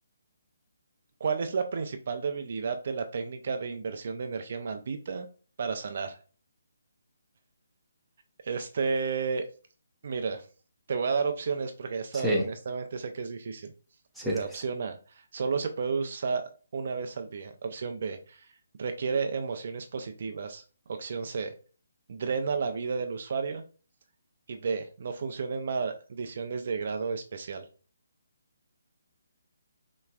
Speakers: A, on the right (about 50°); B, in the centre.
A: ¿Cuál es la principal debilidad de la técnica de inversión de energía maldita para sanar? Este, mira, te voy a dar opciones porque esta
B: Sí,
A: honestamente sé que es difícil.
B: sí,
A: Mira,
B: es difícil.
A: opción A, solo se puede usar una vez al día. Opción B. Requiere emociones positivas. Opción C. Drena la vida del usuario. Y D. No funciona en maldiciones de grado especial.